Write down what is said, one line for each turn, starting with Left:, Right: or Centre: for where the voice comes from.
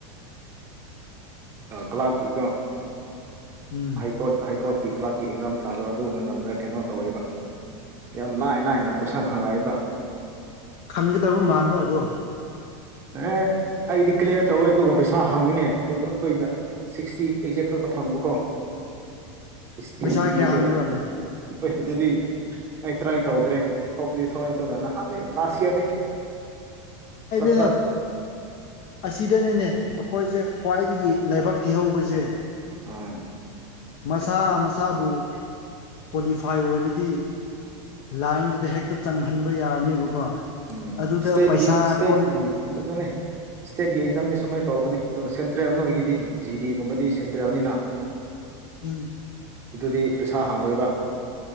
Right: ꯀꯂꯀꯤꯒ
Left: ꯎꯝ
Right: ꯍꯥꯏꯀꯣꯠ ꯍꯥꯏ ꯀꯣꯠꯀꯤ ꯀ꯭ꯂꯥꯁꯀꯤ ꯑꯦꯛꯖꯥꯝ ꯊꯥꯕ ꯑꯗꯨ ꯃꯇꯝꯗ ꯀꯩꯅꯣ ꯇꯧꯋꯦꯕ ꯌꯥꯝ ꯂꯥꯏ ꯂꯥꯏꯅ ꯀꯣꯏꯁꯟ ꯍꯪꯉꯏꯕ
Left: ꯈꯟꯒꯗꯕ ꯃꯥꯟꯕ꯭ꯔꯣ ꯑꯗꯣ
Right: ꯑ ꯑꯩꯗꯤ ꯀ꯭ꯂꯤꯌꯥꯔ ꯇꯧꯋꯦ ꯑꯗꯨꯒ ꯄꯩꯁꯥ ꯍꯪꯉꯤꯅꯦ ꯑꯗꯨꯗ ꯑꯩꯈꯣꯏꯅ ꯁꯤꯛꯁꯇꯤ ꯑꯦꯛꯖꯦꯛ ꯈꯛꯇ ꯐꯪꯕꯀꯣ ꯏꯁ
Left: ꯄꯩꯁꯥ
Right: ꯏꯁꯇꯒꯤꯇꯣ
Left: ꯀꯌꯥ ꯍꯪꯕ꯭ꯔꯣꯅꯦ
Right: ꯍ ꯑꯗꯨꯗꯤ ꯑꯩ ꯇ꯭ꯔꯥꯏ ꯇꯧꯗ꯭ꯔꯦ ꯊꯣꯛꯄꯗꯤ ꯊꯣꯛꯑꯦ ꯑꯗꯨꯒ ꯅꯍꯥꯟꯅꯦ ꯂꯥꯁ ꯏꯔꯅꯤ ꯑ ꯆ
Left: ꯑꯗꯨ ꯑꯁꯤꯗꯅꯤꯅꯦ ꯑꯩꯈꯣꯏꯁꯦ ꯈ꯭ꯋꯥꯏꯗꯒꯤ ꯂꯥꯏꯕꯛ ꯊꯤꯍꯧꯕꯁꯦ
Right: ꯑ
Left: ꯃꯁꯥ ꯃꯁꯥꯕꯨ ꯀ꯭ꯋꯥꯂꯤꯐꯥꯏ ꯑꯣꯏꯔꯗꯤ ꯂꯥꯏꯟꯗꯨꯗ ꯍꯦꯛꯇ ꯆꯪꯍꯟꯕ ꯌꯥꯕꯅꯦꯕꯀꯣ
Right: ꯎꯝ
Left: ꯑꯗꯨꯗ
Right: ꯏꯁꯇꯦꯠꯀꯤ
Left: ꯄꯩꯁꯥ
Right: ꯏꯁꯇꯦꯠ
Left: ꯑꯣꯏ
Right: ꯎꯝ ꯑꯗꯨꯒꯅꯦ ꯏꯁꯇꯦꯠꯀꯤ ꯑꯦꯛꯖꯥꯝꯗꯤ ꯁꯨꯃꯥꯏꯅ ꯇꯧꯕꯅꯤ ꯑꯗꯨꯒ ꯁꯦꯟꯇ꯭ꯔꯦꯜ ꯅꯣꯏꯒꯤꯗꯤ ꯖꯤꯗꯤꯒꯨꯝꯕꯗꯤ ꯁꯦꯟꯇ꯭ꯔꯦꯜꯅꯤꯅ
Left: ꯎꯝ
Right: ꯑꯗꯨꯗꯤ ꯄꯩꯁꯥ ꯍꯥꯡꯔꯣꯏꯕ